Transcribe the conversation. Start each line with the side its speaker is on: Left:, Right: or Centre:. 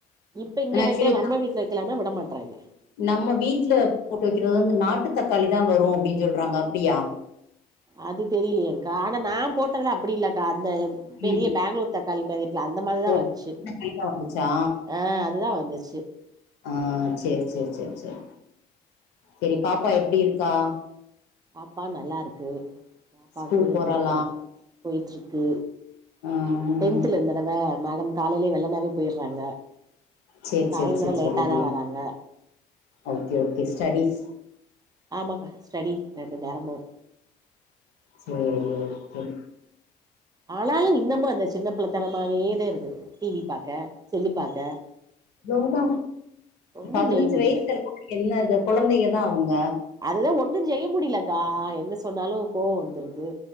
Right: இப்ப இங்க
Left: ஆக்சுவலி
Right: வைக்கல நம்ம வீட்ல வைக்கலானா விட மாட்றாங்க
Left: நம்ம வீட்ல போட்டு வைக்கிறது வந்து நாட்டு ட்டு தக்காளி தா வரு அப்டின்னு சொல்றாங்க அப்டியா
Right: அது தெரியலைய்கா ஆனா நா போட்டதுல அப்டி இல்க்கா அந்த பெரிய
Left: ம்
Right: பெங்ளூர் தக் காளி மாதிரி இருக்கு அந்த மாதிரிதான்
Left: ஓ
Right: வந்துச்சு
Left: தக்காளி தான் வந்துச்சா
Right: ஆ அதுதா வந்துச்சு
Left: ஆ சேரி சேரி சேரி சேரி சேரி பாப்பா எப்டி இருக்கா
Right: பாப்பா நல்லா இருக்கு பாப்பாக்கு
Left: ஸ்கூல் போறாளா
Right: எதுவு இல்ல போய்ட்டு இருக்கு
Left: ம்
Right: டென்த்ல இந்தடவ மேடம் காலையிலயே வெள்ளனாவே போயிட்றாங்க
Left: சேரி
Right: சாயந்தர
Left: சேரி சேரி
Right: லேட்டாதா
Left: சேரி
Right: வராங்க
Left: ஓகே ஓகே ஸ்டடீஸ்
Right: ஆமாக்கா ஸ்டடி ரெண்டு நேரமு
Left: சேரி ஓகே
Right: ஆனாலும் இன்னம அந்த சின்ன பிள்ளைத்தனமேதான் இருக்கு டிவி பாக்க செல்லு பாக்க
Left: அதோதா
Right: ஒன்னு
Left: பதினஞ்சு
Right: செய்ய முடியல
Left: வயசு எல்லாம்க்கு என்னது குழந்தைைய தா அவங்க
Right: அதுதா ஒன்னு செய்ய முடியலக்கா என்ன சொன்னாலு கோவ வந்துருது